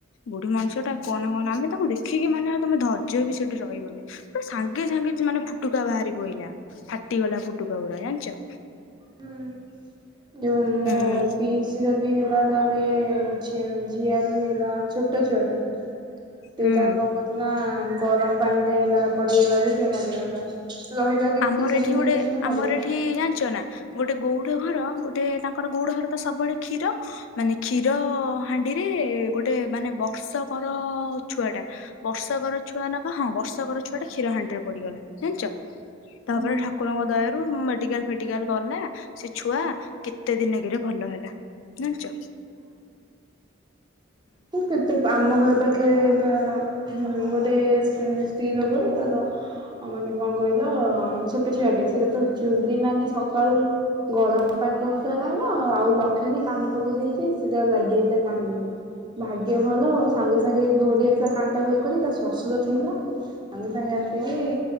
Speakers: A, on the left (about 80°); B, on the right (about 25°).
A: ବୁଢୀ ମଣିଷ ଟା କହନା କହନା ଆମେ। ତାକୁ ଦେଖିକି ମାନେ ତମେ ଧୈର୍ଯ୍ୟ ବି ସେଠି ରହିବନି ତ ସାଙ୍ଗେ ସାଙ୍ଗେ ମାନେ ଫୁଟୁକା ବାହାରି ପହିଲା ଫାଟିଗଲା ଫୁଟୁକା ଗଡା ଜାଣିଛ।
B: ହୁଁ ଯେଉ
A: ହୁଁ
B: ମୁ ପିସର ବି ହେଲା ତାପରେ ଝିଆଟି ହେଲା ଛୋଟ ଛୁଆଟି ସେ
A: ହୁଁ
B: ତାର କଣ କରହୁଥିଲେ ନା ଗରମ ପାଣିରେ ହେଲା ପଡିଗଲା ବି ସେ ମରିଗଲା। ରହିଲା କି
A: ଆମର
B: କିଛି
A: ଏଠି
B: ଦିନ
A: ଗୋଟେ
B: ଦି ତିନି ଦିନ ମରିଗଲା
A: ଆମର ଏଠି ଜାଣିଛ ନା। ଗୋଟେ ଗୋଉଡ଼ ଘର ଗୋଟେ ତାଙ୍କର ଗୋଡ ଘର ତ ସବୁବେଳେ କ୍ଷୀର ମାନେ କ୍ଷୀର ହାଣ୍ଡିରେ ଗୋଟେ ମାନେ ବର୍ଷକର ଛୁଆ ଟା ବର୍ଷକର ଛୁଆ ନା କ ହଁ ବର୍ଷକର ଛୁଆ। ସେଟା କ୍ଷୀର ହାଡିରେ ପଡିଗଲା ଜାଣିିଚ। ତାପରେ
B: ହୁଁ
A: ଠାକୁରଙ୍କ ଦୟାରୁ ମେଡିକାଲ ଫେଟିକାଲ ଗଲା। ସେ ଛୁଆ କେତେ ଦିନକରେ ଭଲ ହେଲା ଜୁଣିଛ।
B: ହୁଁଁ କେତେ ଆମ ଘର ପାଖେ ବା ଗୋଟେ ସ୍ତ୍ରୀ ଲୋକାଟେ ତାର ଆଉ ମାନେ କଣ କହିଲ ଛୋଟ ଛିଆଟେ ସଟ ତ ଚୁଲି ମାନେ ସକାଳୁ ଗରମ ପାଣି କରୁଥିଲା ନା କଣ ଲିବ ଆଉ ଲଷ୍ମଣୀ କାନି ପକେଇ ଦେଇ ସେଟା ଲାଗି ତା କାହିଁରେ ଭାଗ୍ୟ ଭଲ ଆ ସାଙ୍ଗେ ସାଙ୍ଗେ ସାଙ୍ଗେ ଧୌଡି ଆସିଲା କାଟାକୁ ଏ କରି ତା ଶଶୁର ଥିଲା ସାଙ୍ଗେ ସାଙ୍ଗେ ଆସିକି